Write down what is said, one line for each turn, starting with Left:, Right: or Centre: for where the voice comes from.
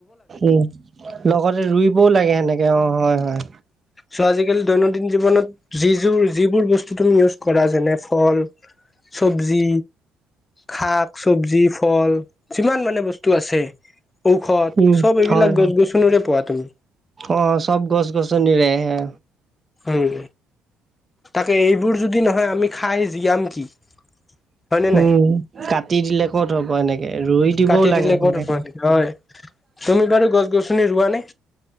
Right: উম লগতে ৰুইবও লাগে সেনেকে অ হয় হয়
Left: চ' আজিকালি দৈনন্দিন জীৱনত যি যোৰ যিবোৰ বস্তু তুমি ইউজ কৰা যেনে ফল চবজি শাক চবজি ফল যিমান মানে বস্তু আছে। ঔষধ
Right: উম
Left: চব এইবিলাক
Right: হয়
Left: গছ -গছনিৰে পোৱা তুমি
Right: অ চব গছ গছনিৰে এ
Left: উম তাকে এইবোৰ যদি নহয় আমি খাই জীয়াম কি? হয়নে নাই
Right: উম কাটি দিলে ক'ত হব এনেকে ৰুই দিবও
Left: কাটি
Right: লাগে
Left: দিলে
Right: সেনেকে
Left: ক'ত হ'ব নেকি? হয় তুমি বাৰু গছ গছনি ৰোৱা নে